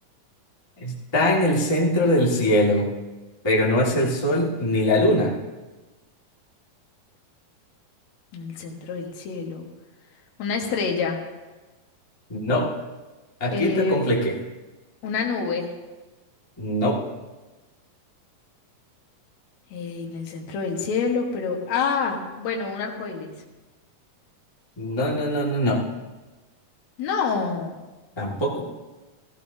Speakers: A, on the left; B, on the left.
A: Está en el centro del cielo, pero no es el sol ni la luna.
B: en el centro del cielo. Una estrella.
A: No, aquí
B: eh,
A: te compliqué.
B: una nube.
A: No,
B: eh, en el centro del cielo, pero. Ah, bueno, un arco iris.
A: no, no, no, no, no.
B: No.
A: Tampoco.